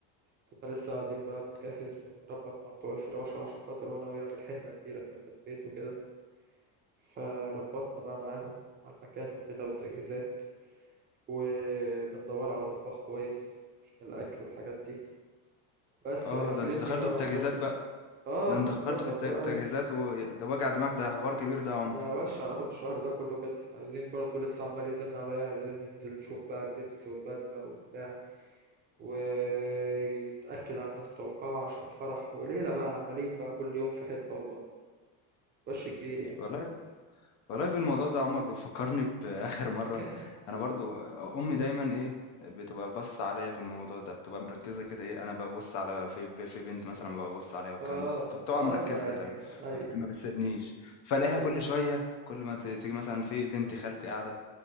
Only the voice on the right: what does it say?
كنا لسه قاعدين بقى بنجهز بنربط مع بتوع الفراشة عشان خاطر هو ناوي يعمل حنة كبيرة جنب البيت وكده فربطنا بقى معاهم على المكان وكده والتجهيزات وبندور على طباخ كويس عشان الأكل والحاجات دي بس
وهيستلمني
بقى
بعدها
اه
بنظبط
بقى
ايه
ده وش هناخد الشهر ده كله كده عايزين برضو لسه عمال يزن عليا عايزين ننزل نشوف بقى اللبس والبدلة وبتاع ويتأكد على الناس بتوع القاعة عشان الفرح وليلة بقى عمالين بقى كل يوم في حتة والله وش كبير يعني
<laughs>
اه
اه
ده يعني
اي
اي